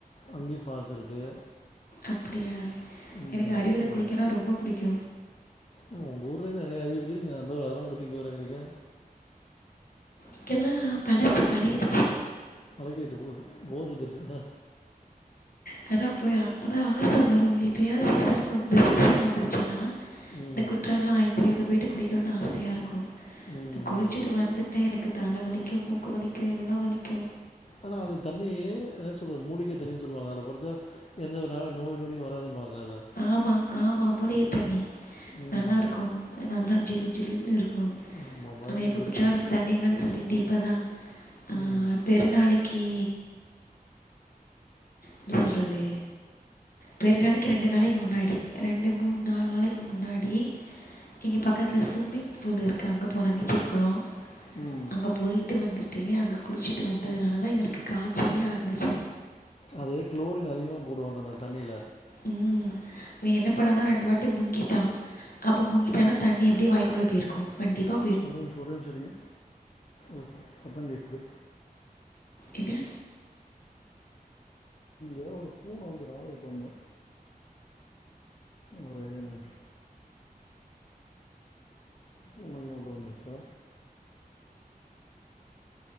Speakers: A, on the left (about 45°); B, on the left (about 70°).
A: அங்கயு ஃபால்ஸ் இருக்குது
B: அப்படியா
A: ம்
B: எனக்கு
A: நெறைய
B: அருவியில்
A: இருக்குங்க
B: குளிக்கனா ரொம்ப புடிக்கு
A: ஏங்க உங்க ஊர்லயே நெறைய அருவி இருக்கு நீங்க அதெலா வுட்டுட்டு இங்க வரேறீங்க
B: இங்கெல்லா பழசு பழகிடுச்சி
A: பழகிருச்சு ஊரு போர் அடிச்சுருச்சுல
B: கட போய்யா ஆனா ஆச வரு எப்பயாவ சீசனுக்கு இந்த சீசன் வந்துருச்சின்னா
A: ம்
B: இந்த குற்றால ஐந்தருவில போயிட்டு குளிக்கணுனு ஆசையா இருக்கு
A: ம்
B: குளிச்சுட்டு வந்துட்டு எனக்கு தல வலிக்கு மூக்கு வலிக்கு எல்லா வலிக்கு
A: ஆனா அந்த தண்ணியே இன்ன ல்ல மூலிக தண்ணின் சொல்லுவாங்க அல படிச்சா எந்தவிதனா நோய் நொடியு வராதும்பாங்க அல
B: ஆமா ஆமா மூலிக தண்ணி
A: ம்
B: நல்லாருக்கு நல்லா ஜிலு ஜிலுன்னு இருக் கு
A: ஆமாம் பயங்கர
B: ஆனா இப்ப
A: ஜில்லுன்னு
B: குற்றாலத்து
A: இருக்கும்
B: தண்ணி இல்லன்னு சொல்லிட்டு இப்ப தா ஆ
A: ம்
B: பெருநாளைக் கி ப்பிடி சொல்றது பெரு நாளைக்கு ரெண்டு நாளைக்கு முன்னாடி ரெண்டு மூனு நால் நாளைக்கு முன்னாடி இங்க பக்கத்துல ஸ்விம்மிங் ஃபூல் இருக்கு அங்க போன நீச்சல் கொளோ
A: ம்
B: அங்க போய்ட்டு வந்துட்டு அங்க குளிச்சிட்டு வந்ததுனால தா இவருக்கு காய்ச்சலே ஆரபிச்சது
A: அது க்ளோரின் அதிகமாக போடுவாங்க அந்த தண்ணில
B: ம் இவ என்ன பண்ணானா ரெண்டு வாட்டி முங்கிட்டா அப்ப முங்கிட்டானா தண்ணி எப்பிடியு வாய்க்குள்ள போயிருக்கு கண்டிப்பா
A: ஒரே நிமிஷோ ஒரே நிமிஷோ இருங்க ஓகே சத்தோ கேக்து
B: என்ன
A: எதோ ஒரு பூன வந்து ராவுடி பண்ணு ஒரே நிமிஷ் பூன கீன உள்ள வந்திருச்சா